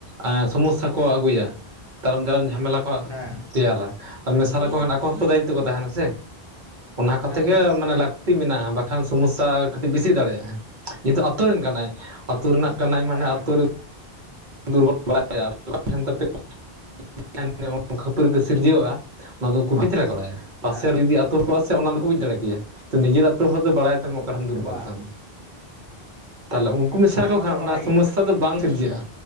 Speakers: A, on the right (about 50°); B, on the left (about 35°).
A: ᱮᱸ ᱥᱚᱢᱚᱥᱥᱟ ᱠᱚ ᱟᱜᱩᱭᱟ᱾ ᱛᱟᱭᱚᱢ ᱫᱟᱨᱟᱢ ᱡᱷᱟᱢᱮᱞᱟ ᱠᱚ
B: ᱦᱮᱸ
A: ᱛᱮᱭᱟᱨᱟ ᱢᱮᱥᱟ ᱞᱮᱠᱚ ᱠᱷᱟᱱ ᱟᱠᱚ ᱦᱚᱸᱠᱚ ᱫᱟᱭᱤᱛᱛᱚ ᱠᱚ ᱛᱟᱦᱮᱱᱟ ᱥᱮ᱾ ᱚᱱᱟ ᱠᱚ
B: ᱦᱮᱸ
A: ᱛᱮ ᱜᱮ
B: ᱫᱟᱭᱤᱛᱛᱚ ᱠᱚ
A: ᱢᱟᱱᱮ
B: ᱛᱟᱦᱮᱱᱟ
A: ᱞᱟᱠᱛᱤ
B: ᱛᱚ
A: ᱢᱮᱱᱟᱜ-ᱟ ᱵᱟᱠᱷᱟᱱ ᱥᱚᱢᱚᱥᱥᱟ ᱠᱟᱹᱴᱤᱡ ᱵᱤᱥᱤ ᱫᱟᱲᱮᱭᱟᱜ-ᱟ ᱡᱮᱦᱮᱛᱩ ᱟᱛᱩ ᱨᱮᱱᱼᱼ ᱠᱟᱱᱟᱭ ᱟᱛᱩ ᱨᱮᱱᱟᱜ ᱠᱟᱱᱟᱭ ᱢᱟᱱᱮ
B: ᱦᱮᱸ
A: ᱟᱛᱩ ᱨᱮ ᱫᱩᱨᱵᱚᱞ ᱵᱟᱲᱟᱭᱟ ᱟᱨ ᱠᱟ ᱴᱷᱮᱱ ᱛᱟᱯᱮ᱾ <unintelligible> <inaudible> ᱠᱷᱟᱹᱯᱟᱹᱨᱤ ᱫᱚ ᱥᱤᱨᱡᱟᱹᱣᱟ ᱚᱱᱟ ᱫᱚ ᱩᱱᱠᱩ ᱵᱷᱤᱪᱨᱟ ᱠᱚ ᱞᱟᱭᱟ᱾ ᱯᱟᱥᱮ
B: ᱦᱮᱸ
A: ᱨᱮ ᱡᱩᱫᱤ ᱟᱛᱩ ᱦᱳᱭ ᱠᱚᱜ-ᱟ ᱥᱮ ᱚᱱᱟ ᱫᱚᱠᱚ ᱵᱩᱡᱽ ᱫᱟᱲᱮ ᱠᱮᱭᱟ ᱛᱚ ᱱᱤᱡᱮᱨ ᱟᱛᱩ ᱦᱚᱲ ᱫᱚ ᱵᱟᱲᱟᱭ ᱛᱟᱢᱟᱠᱚᱼᱼ ᱚᱠᱟ ᱴᱷᱮᱱ ᱫᱩᱨᱵᱚᱞ
B: ᱵᱟᱝ
A: ᱛᱟᱢ ᱛᱟᱦᱚᱞᱮ ᱩᱱᱠᱩ ᱢᱮᱥᱟ
B: ᱦᱮᱸ
A: ᱞᱮᱠᱚ
B: ᱫᱚᱠᱚ
A: ᱠᱷᱟᱱ ᱚᱱᱟ
B: ᱵᱟᱰᱟᱭ
A: ᱥᱚᱢᱚᱥᱥᱟ
B: ᱜᱮᱭᱟ ᱛᱚ
A: ᱫᱚ ᱵᱟᱝ ᱥᱤᱨᱡᱟᱹᱜ-ᱟ᱾